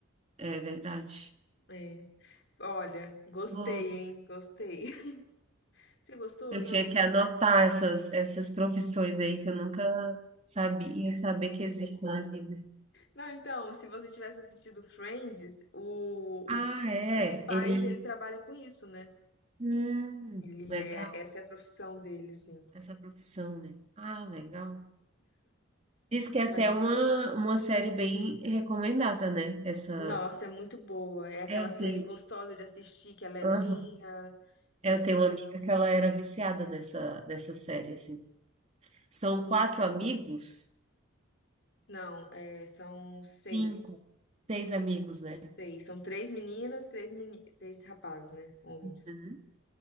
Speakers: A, on the right; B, on the left.
A: É verdade.
B: É. Olha, gostei,
A: Nossa,
B: hein? Gostei. <laughs> Você gostou?
A: eu
B: Não,
A: tinha que
B: né?
A: anotar essas, essas profissões aí que eu nunca sabia saber que existem na vida.
B: Não, então, se você tivesse assistido Friends, o,
A: Ah,
B: o
A: é.
B: principais
A: Ele.
B: ele trabalha com isso, né?
A: Hum,
B: Ele
A: legal
B: é, essa é a profissão dele, assim.
A: essa profissão, né? Ah, legal. Diz que é
B: Mas,
A: até uma, uma série bem recomendada, né? Essa.
B: nossa, é muito boa. É aquela
A: É, eu
B: série
A: tenho.
B: gostosa de assistir, que é levinha.
A: Aham. É,
B: É,
A: Eu tenho uma amiga que ela era viciada nessa, nessa série, assim. São quatro amigos,
B: não, é, são seis.
A: cinco, seis amigos, né?
B: Seis. São três meninas, três, meni, três rapazes, né? Homens.
A: Uhum.